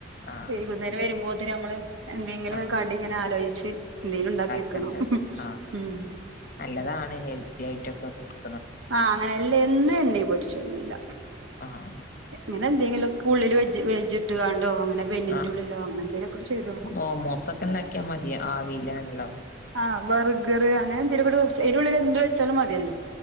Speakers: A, on the left; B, on the right.
A: ആഹ്
B: ചെയ വൈനേരം വരുമ്പോത്തന് നമ്മള് എന്തെങ്കിലും
A: ആഹ്
B: കടി ഇങ്ങനെ ആലോചച്ച് എന്തെങ്കിലും ഉണ്ടാക്കി വെക്കണം
A: ക്കണ്ട് ആ
B: ഉം
A: നല്ലതാണ് ഹെൽത്തി ആയിട്ടൊക്കെ കൊടുക്ക
B: ആഹ് അങ്ങനെ അല്ല എന്നും എണ്ണീ പൊരിച്ചൊന്നുല്ല.
A: ആഹ് ആ
B: ഇങ്ങനെന്തങ്കിലൊക്ക ഉള്ളി വെച്ച്ട്ട് ക്കാണ്ടേ ബന്നി ലോ ഇങ്ങനെന്തങ്കിലോക്കെ,
A: ആഹ്
B: ഉള്ളിലോ അങ്ങന എന്തെങ്കിലൊക്കെ ചെയ്ത കൊടുക്കും.
A: മോമോസൊക്കെ ഉണ്ടാക്കിയാ മതിയ ആവിയിലാണല്ലോ.
B: ആ ബർഗർ അങ്ങനെ എന്തെ അതിനന്റെുള്ളിൽ എരുവുള്ള എന്ത് വെച്ചാലും മതിയല്ലോ.